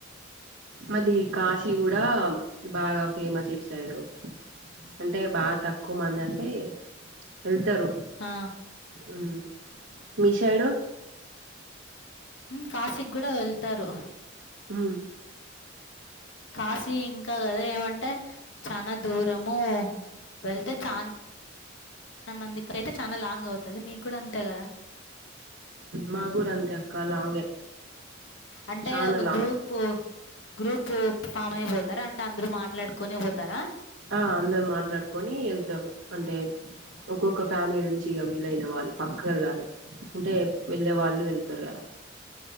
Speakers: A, on the right (about 70°); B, on the left (about 70°).
A: మళ్ళీ కాశీ గుడా బాగా ఫేమస్ ఇట్ సైడు అంటే బా తక్కువ్ మందంటే ఎళ్తరు
B: హా
A: ఉమ్ మీ సైడు
B: ఉమ్ కాసిక్ గుడా వెళ్తారు
A: ఉమ్
B: కాసీ ఇంకా అదే ఏమంటే చానా దూరము వెళ్తే చాన్ న మందికైతే చాన లాంగ్ అవుతది మీక్ గుడా అంతే గదా
A: మాగుడా అంతే అక్క లాంగే
B: అంటే
A: చానా
B: ఒక
A: లాంగ్
B: గ్రూప్ పు గ్రూపు ఫామ్ అయిపోతారా అంటే అంద్రు మాట్లాడుకొనే పొతరా
A: ఆ అందరు మాట్లాడుకొని ఎళ్తరు అంటే ఒక్కొక్క ఫ్యామిలీ నుంచి ఇగ వీలైన వాళ్ళు పక్కేళ్ళాలి అంటే వెళ్ళే వాళ్ళు వెళ్తారు గదా